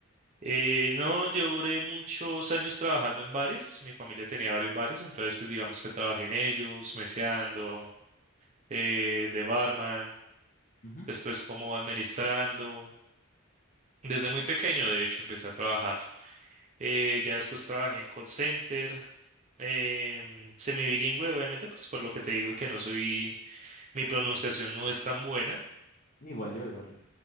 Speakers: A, on the right; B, on the left.
A: Eh, no, yo duré muchos años trabajando en bares, mi familia tenía varios bares, entonces pues digamos que trabajé en ellos, meseando, eh, de barman,
B: Ujú.
A: después como administrando, desde muy pequeño de hecho empecé a trabajar. Eh, ya después trabajé en call center, em, semibilingüe, obviamente, pues por lo que te digo que no soy, mi pronunciación no es tan buena.
B: Igual yo, igual yo.